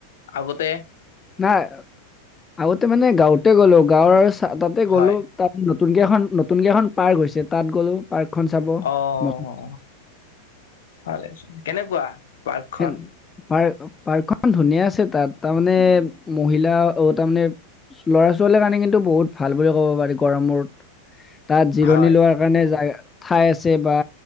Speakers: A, on the left; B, on the left.
A: আগতে
B: নাই, আগতে মানে গাঁৱতে গ'লো, গাঁৱৰ চা তাতে গ'লো
A: হয়।
B: তাত নতুনকে এখন, নতুনকে এখন পাৰ্ক হৈছে তাত গ'লো। পাৰ্কখন চাব।
A: অ'
B: মত-
A: ভালে হৈছে। কেনেকুৱা? পাৰ্কখন?
B: হেন পাৰ্ক পাৰ্কখন ধুনীয়া আছে তাত, তাৰমানে মহিলা অ' তাৰমানে ল'ৰা ছোৱালীৰ কাৰণে কিন্তু বহুত ভাল বুলি ক'ব পাৰি গৰমত, তাত জিৰণি
A: হয়
B: লোৱাৰ কাৰণে জা ঠাই আছে বা